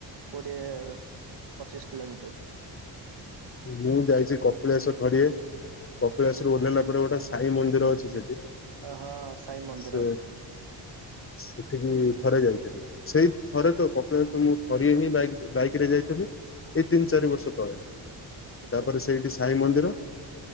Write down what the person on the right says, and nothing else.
କୋଡିଏ ପଚିଶ କିଲୋମିଟର୍।
ଓ ହୋ ସାଇ ମନ୍ଦିର।
ଆଛା